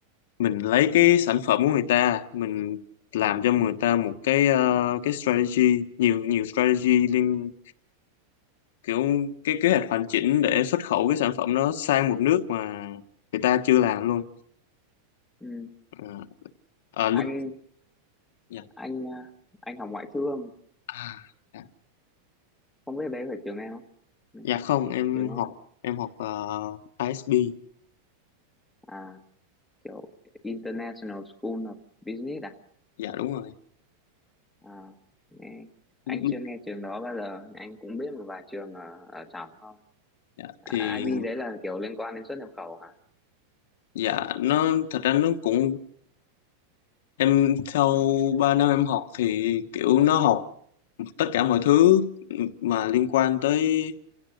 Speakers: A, on the left; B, in the centre.
A: mình lấy cái sản phẩm của người ta mình làm cho người ta một cái ờ, cái strategy nhiều nhiều strategy liên kiểu cái kế hoạch hoàn chỉnh để xuất khẩu cái sản phẩm nó sang một nước mà người ta chưa làm luôn
B: ừ
A: à, à, lúc
B: anh
A: dạ.
B: anh ờ, anh học ngoại thương
A: À, dạ.
B: không biết đấy phải trường em không Ừ,
A: dạ không em
B: trường em
A: học em học uh, ISB
B: à kiểu International School of Business à?
A: dạ đúng rồi
B: À, nghe. Anh
A: lúc lúc
B: chưa nghe trường đó bao giờ, anh cũng biết một vài trường ở, ở trong thôi.
A: dạ.
B: À,
A: thì
B: IB đấy là kiểu liên quan đến xuất nhập khẩu hả?
A: dạ nó thật ra nó cũng em sau 3 năm em học thì kiểu nó học tất cả mọi thứ mà liên quan tới